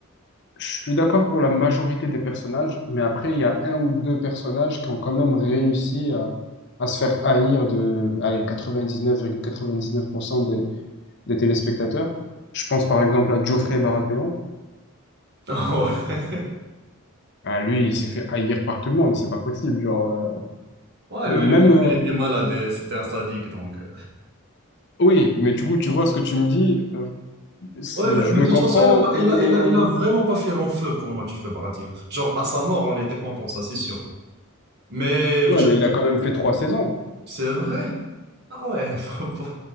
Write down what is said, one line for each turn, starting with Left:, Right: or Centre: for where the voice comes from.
Left: je suis d'accord pour la majorité des personnages, mais après, il y a un ou deux personnages qui ont quand même réussi à, à se faire haïr de, allez, 99,99% des téléspectateurs. Je pense par exemple à Geoffrey Baratheon.
Right: <laughs>
Left: Ah, lui, il s'est fait haïr par tout le monde, c'est pas possible. Genre,
Right: Ah Ouais,
Left: euh,
Right: ouais,
Left: même,
Right: lui, le-
Left: euh,
Right: il était malade, et c'était un sadique, donc. euh,
Left: oui, mais du coup, tu vois ce que tu me dis, euh, c'est-
Right: Ouais, mais,
Left: je
Right: mais
Left: le
Right: de
Left: comprends,
Right: toute façon, elle a, pas-
Left: mais
Right: il a, elle a- elle a vraiment pas fait long feu pour moi, Geoffrey Barati. hein. Genre, à sa mort, on était contents, ça, c'est sûr. Mais
Left: ouais,
Right: je-
Left: mais il a quand même fait trois saisons.
Right: c'est vrai. Ah ouais, <laughs> faut- faut-